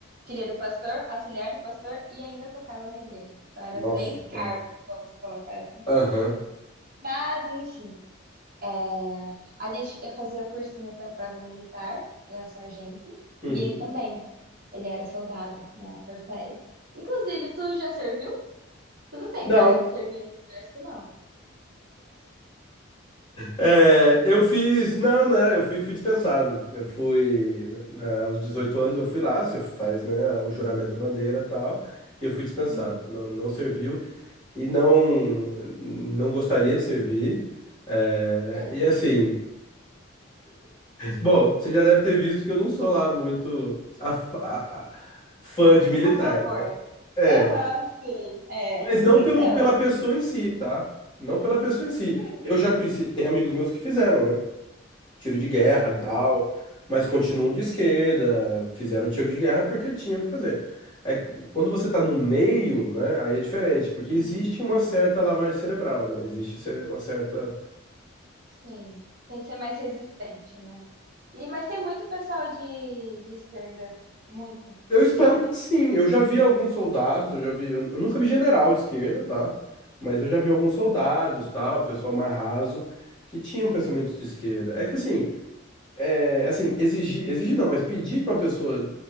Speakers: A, on the right; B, on the left.
A: filha do pastor, auxiliar do pastor e ainda tocava na igreja. Então, era
B: Nossa.
A: três cargos,
B: senhora.
A: vamos colocar assim.
B: Aham.
A: Mas, enfim. É, A gente, eu fazia cursinho para prova militar, para sargento,
B: Uhum.
A: e ele também. Ele era soldado na Força Aérea. Inclusive, tu já serviu? Tu não tem
B: Não,
A: cara de servir no exército, não.
B: É, eu fiz. Não, né? Eu fui, fui dispensado. Eu fui. na- aos 18 anos eu fui lá, você faz, né, o juramento à bandeira e tal. E eu fui dispensado.
A: Uhum.
B: Não, não serviu e não, não gostaria de servir. É,
A: É.
B: e assim. Bom, você já deve ter visto que eu não sou lá muito a- a- a- fã de militar.
A: A favor.
B: né? É,
A: Aham, sim. É.
B: mas não
A: Então.
B: pelo, pela pessoa em si, tá? Não pela pessoa em si.
A: Sim.
B: Eu já conheci. Tem amigos meus que fizeram, né? tiro de guerra, tal,
A: Uhum.
B: mas continuam de esquerda, fizeram tiro de guerra porque tinham que fazer. É, quando você tá no meio, né, aí é diferente, porque existe
A: Uhum.
B: uma certa lavagem cerebral, né? Existe ce- uma certa.
A: Sim. Tem que ser mais resistente, né? E, mas tem muito pessoal de, de esquerda. Muito,
B: Eu
A: muito
B: espero
A: mesmo.
B: que sim. Eu já vi alguns soldados, eu já vi, eu eu nunca vi general de esquerda, tá? Mas eu já vi alguns soldados, tal, pessoal mais raso, que tinham pensamentos de esquerda. É que assim, é, assim, exigir, exigir não, mas pedir que uma pessoa,